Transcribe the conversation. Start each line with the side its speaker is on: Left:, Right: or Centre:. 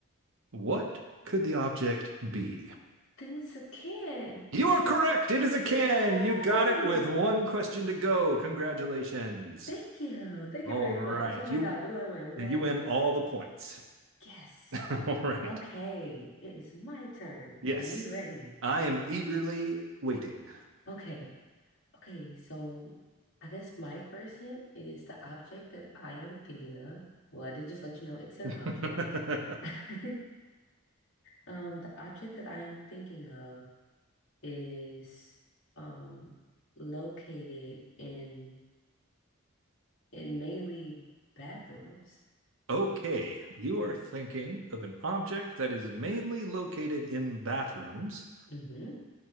Right: what could the object be?
Left: then it's a can.
Right: You are correct. It is a
Left: Yay!
Right: can. You got it with one question to go. Congratulations.
Left: Thank you. Thank
Right: All
Left: you very
Right: right.
Left: much. Oh my
Right: You
Left: God, what do I win? What
Right: you
Left: do I win?
Right: win all the points.
Left: Yes.
Right: <laughs> All right.
Left: Okay, it is my turn.
Right: Yes.
Left: Are you ready?
Right: I am eagerly waiting.
Left: Okay. Okay, so I guess my first hint is the object that I am thinking of. Well, I did just let you know it's an
Right: <laughs>
Left: object. <laughs> Um, the object that I am thinking of is um located in in mainly bathrooms.
Right: okay. You are thinking of an object that is mainly located in bathrooms.
Left: hmm